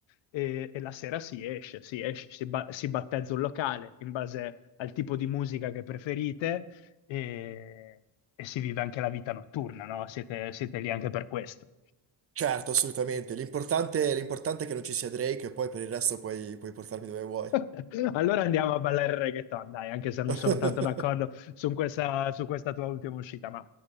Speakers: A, on the left; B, on the right.
A: e, e la sera si esce, si esce, si, ba- si battezza un locale in base al tipo di musica che preferite e, e si vive anche la vita notturna, no? Siete, siete lì anche per questo.
B: Certo, assolutamente, l'importante l'importante è che non ci sia Drake e poi per il resto puoi puoi portarmi dove vuoi.
A: <laughs> Allora andiamo a ballare il reggaeton, dai, anche se non
B: <laughs>
A: sono tanto d'accordo su questa, su questa tua ultima uscita, ma